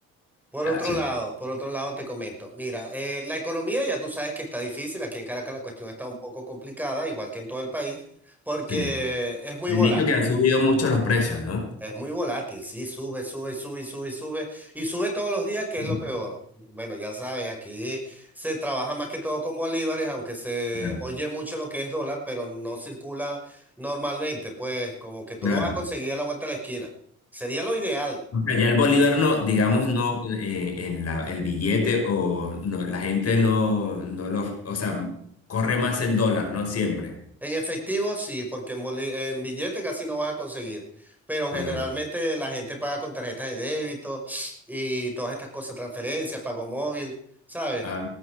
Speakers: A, in the centre; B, on the left (about 55°).
A: Por
B: gracias.
A: otro lado, por otro lado te comento, mira, eh, la economía ya tú sabes que está difícil, aquí en Caracas la cuestión está un poco complicada, igual que en todo el país, porque
B: Sí.
A: es muy
B: Me
A: volátil.
B: han dicho que han subido mucho los precios, ¿no?
A: Es muy volátil, sí, sube, sube, sube, sube, sube, y sube todos los días, que
B: <clears throat>
A: es lo peor. Bueno, ya sabes, aquí se trabaja más que todo con bolívares, aunque se
B: Claro.
A: oye mucho lo que es dólar, pero no circula normalmente, pues como que tú
B: Claro.
A: lo vas a conseguir a la vuelta de la esquina. Sería lo ideal.
B: O sea, ya el Bolívar no, digamos,
A: Ah.
B: no, eh, en la, el billete o no, la gente no, no lo, o sea, corre más el dólar, ¿no? Siempre.
A: En efectivo, sí, porque en, boli- en billete casi no vas a conseguir, pero generalmente
B: Ajá.
A: la gente paga con tarjetas de débito y todas estas cosas, transferencias, pago móvil, ¿sabes?
B: Ah,